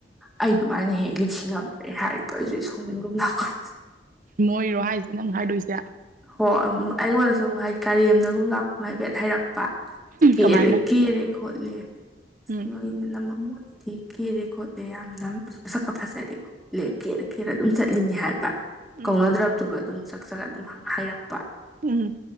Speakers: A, in the centre; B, on the right.
A: ꯑꯩ ꯑꯗꯨꯃꯥꯏꯅ ꯍꯦꯛ ꯂꯤꯛꯁꯤꯉꯝ꯭ꯔꯦ ꯍꯥꯏꯕ ꯑꯩꯁꯨ ꯁꯥꯎꯅꯤꯡꯒꯨꯝ ꯂꯥꯛꯀꯨꯝ
B: ꯃꯣꯏꯔꯣ ꯍꯥꯏꯁꯦ ꯅꯪ ꯍꯥꯏꯗꯣꯏꯁꯦ
A: ꯍꯣ ꯑꯩꯉꯣꯟꯗ ꯁꯨꯝ ꯍꯥꯏꯗꯤ ꯀꯔꯦꯝꯅꯒꯨꯝ ꯂꯥꯛꯄꯒꯨꯝ ꯍꯥꯏꯐꯦꯠ ꯍꯥꯏꯔꯛꯄ ꯀꯦꯔꯦ
B: ꯀꯃꯥꯏꯅ
A: ꯀꯦꯔꯦ ꯈꯣꯠꯂꯦ
B: ꯎꯝ
A: ꯅꯣꯏ ꯅꯃꯧꯗꯤ ꯀꯦꯔꯦ ꯈꯣꯠꯂꯦ ꯌꯥꯝꯅ ꯃꯁꯛꯀ ꯐꯖꯔꯦ ꯈꯣꯠꯂꯦ ꯀꯦꯔ ꯀꯦꯔ ꯑꯗꯨꯝ ꯆꯠꯂꯤꯅꯤ ꯍꯥꯏꯕ
B: ꯎꯝ
A: ꯀꯧꯅꯗ꯭ꯔꯕꯗꯨꯕꯨ ꯑꯗꯨꯝ ꯆꯠ ꯆꯒꯠ ꯑꯗꯨꯝ ꯍꯥꯏꯔꯛꯄ
B: ꯎꯝ